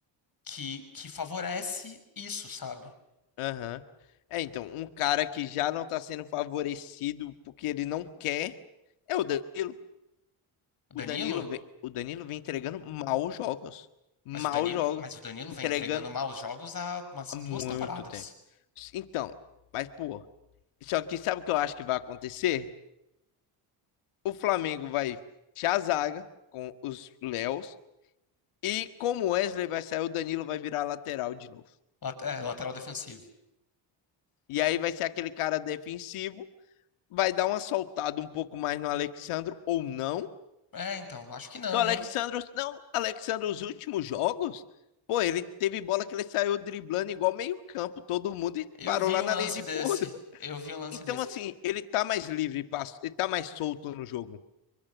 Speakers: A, on the left; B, on the left.
A: que, que favorece isso, sabe?
B: Aham. É, então, um cara que já não tá sendo favorecido porque ele não quer é o Danilo.
A: O
B: O
A: Danilo.
B: Danilo vem, o Danilo vem entregando maus jogos. Maus
A: Mas o Danilo,
B: jogos.
A: mas o Danilo
B: Entregando
A: vem entregando maus jogos há umas
B: há muito
A: duas temporadas.
B: tempo. Então, mas, pô, Só que sabe o que eu acho que vai acontecer? O Flamengo vai fechar a zaga com os Léos. E como o Wesley vai sair, o Danilo vai virar lateral de novo.
A: Lat- é, lateral defensivo.
B: E aí vai ser aquele cara defensivo. Vai dar uma soltada um pouco mais no Alexandro ou não.
A: É, então, acho que não,
B: Que o Alexandro.
A: hein?
B: Não, Alexandro, os últimos jogos. Pô, ele teve bola que ele saiu driblando igual meio-campo, todo mundo e
A: Eu
B: parou
A: vi
B: lá
A: um
B: na
A: lance
B: linha de
A: desse.
B: fundo. <laughs>
A: Eu vi um lance
B: Então,
A: desse.
B: assim, ele tá mais livre, ele tá mais solto no jogo.